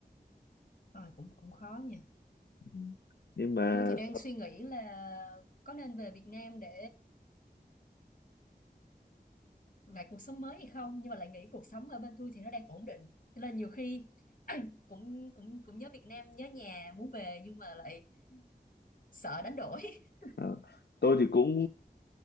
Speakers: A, on the left; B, on the left.
A: ờ, cũng cũng khó nha.
B: ừ. nhưng mà
A: Tôi thì đang suy nghĩ là có nên về Việt Nam để lại cuộc sống mới hay không, nhưng mà lại nghĩ cuộc sống ở bên tôi thì nó đang ổn định. Cho nên nhiều khi <clears throat> cũng cũng cũng nhớ Việt Nam, nhớ nhà, muốn về nhưng mà lại sợ đánh đổi. <laughs>
B: ờ, tôi thì cũng